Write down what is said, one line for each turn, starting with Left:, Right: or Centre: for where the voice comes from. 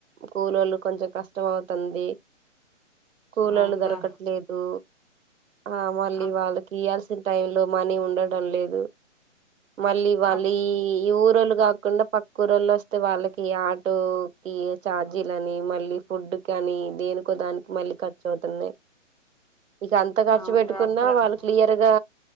Right: కూలోళ్ళు కొంచెం కష్టం అవుతంది కులోళ్లు
Left: అవునరా
Right: దొరకట్లేదు ఆ మళ్ళి
Left: అప్
Right: వాళ్ళకివల్సి టైమ్లో మనీ ఉండడం లేదు మళ్ళీ వాళ్ళీ
Left: అప్
Right: ఊరోళ్ళు కా కొండ పక్క ఊరోళ్లోస్తే వాళ్ళకి ఆటో కి ఛార్జీలని మళ్ళీ ఫుడ్ కని దేనుకో దానికి మళ్ళి ఖర్చు అవుతున్నాయి ఇక అంత ఖర్చు
Left: అవునరా
Right: పెట్టుకున్నా
Left: అప్పుడు
Right: వాళ్ళు క్లియర్గా